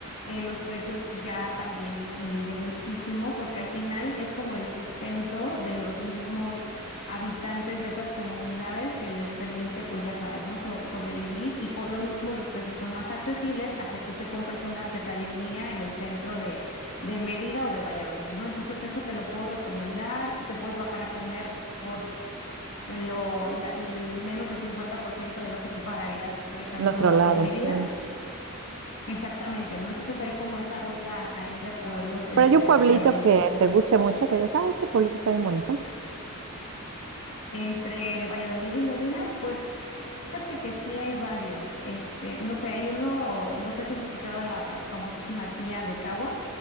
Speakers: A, on the left; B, on the right.
A: eh, los precios ya también disminuyen muchísimo porque al final es como el sustento de los mismos habitantes de esas comunidades que les permite, pues ya sabes, ¿no? So- sobrevivir y por lo mismo los precios son más accesibles a que tú te compres una artesanía en el centro de, de Mérida o de Valladolid, ¿no? Entonces eso te lo puedo recomendar, te puedes bajar a comer por... Lo, la- l- menos del 50% de lo que tú pagarías, por ejemplo,
B: En otro lado,
A: en Mérida.
B: sí.
A: Exactamente, ¿no? Entonces hay como esa ruta ahí de pueblos entre
B: Pero hay un pueblito
A: Valladolid
B: que
A: y Medellín.
B: te guste mucho, que digas, ah, este pueblito está bien bonito.
A: Entre Valladolid y Mérida, pues fíjate que sí hay varios. Este, no sé, hay uno, no sé si has escuchado la famosísima tía de Cagua.